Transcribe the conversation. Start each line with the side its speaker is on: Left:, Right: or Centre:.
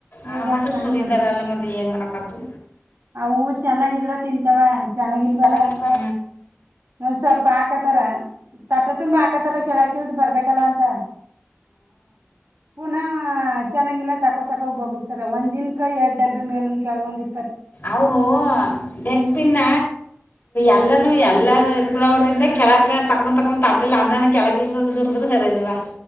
Right: ಈಗ
Left: ಆ
Right: ಹೋಗ
Left: ಮಟ್ಟಕ್ಕೆ
Right: ಸ್ನಾನ
Left: ಸುರಿತಾರಲ್ಲ
Right: ಮಾಡ್ಬೇಕು
Left: ಮತ್ತೆ ಏನು ಮಾಡೋಕ್ಕದ್ದು
Right: ಆ ಹೂ ಚೆಂದಾಗಿದ್ರ ತಿಂತಾವ ಚೆನ್ನಾಗಿಲ್ವಲ್ಲ
Left: ಚೆನ್ನಾಗಿಲ್ವಾ
Right: ಒಂದ ಸ್ವಲ್ಪ ಆಕ ತರ ತಟ ತುಂಬಾ ಹಾಕತ್ತಾರ ಕೆಳ ಕಳ್ದ್ ಬರ್ಬೇಕಲ್ಲ ಅಂತ ಪುನಃ ಚೆನ್ನಾಗಿಲ್ಲ ತಕೊತಕೋಗ ಬೋಗಗಿಸಸ್ತಾರ ಒಂದ್ನ್ ಕ ಎರಡ್ ಡಬ್ಬಿ ಮೇಲನ್ ಕೆಳಗೊಂದಿ
Left: ಅವರು ಡಸ್ಬಿನ್ ಎಲ್ಲ ಎ ಎಲ್ಲ ಇಪ್ಪಲವ್ರ ಕೆಳಕ್ ತಗೊಂದ್ ತಗಕೊ ಆ ಅನ್ನನ ಕೆಳಕ್ ಸುರಿದ್ರರು ಸರಿ ಆಯ್ತದ